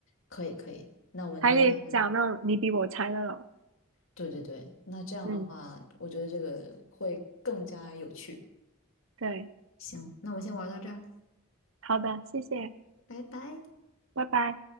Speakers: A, on the left; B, on the right.
A: 可以可以，那我们今天下班。
B: 还可以找那种你比我猜那种。
A: 对对对，那这样的话，
B: 嗯，
A: 我觉得这个会更加有趣。
B: 对，
A: 行，那我们先玩到这儿，
B: 好的，谢谢，
A: 拜拜。
B: 拜拜。